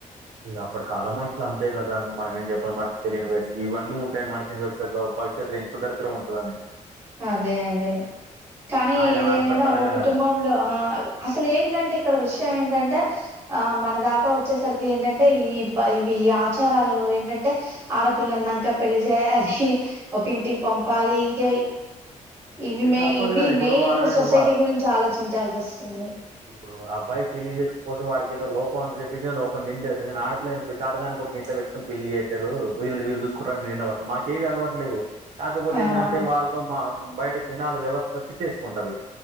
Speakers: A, on the right; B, on the right.
A: ఇ అప్పుడు కాలం మనుషులు అంతే కదా, మనం ఏం చెప్పాలి మనకి తెలియని వయసుకి ఇవన్నీ ఉంటాయని మనకి ఏం తెలుస్తుంది భవిష్యత్తు ఇంత దరిద్రం ఉంటదని
B: అదే అదే కానీ
A: ఆయన
B: ఏదేమైనా
A: మాత్రం కలగన
B: ఒక కుటుంబంలో ఆ అసలు ఏంటంటే ఇక్కడ విషయం ఏంటంటే ఆ మనదాకా వచ్చేసరికి ఏంటంటే, ఈ ఇవి ఆచారాలు ఏంటంటే ఆడపిల్లన్నాక పెళ్లి చేయాలి, ఒకంటికి పంపాలి ఇంకా ఇవి
A: ఇగ
B: మె
A: తప్పదు
B: ఇవి
A: కదా ఇప్పుడు
B: మెయిన్
A: వాళ్ళని
B: సొసైటీ
A: వా
B: గురించి ఆలోచించాల్సి వస్తుంది
A: ఇప్పుడు అబ్బాయి పెళ్లి చేసుకపోతే వాడికిక ఏదో లోపం అని చెప్పి నిందేస్తంది, కానీ ఆడపిాతకానికిడుడి ఇంట్లో పెటుకుని పెళ్లి చేసారు వళ్ళుీళ్ళు చూసుకుంటడా నింది అవడతారు మాకు ఏవి అలవట్లేవు కాకపోతే
B: ఆ
A: ఏందాంటే వాళ్ళతో మా బయట జనాలు వ్యవస్థ తిట్టేసుకుంటది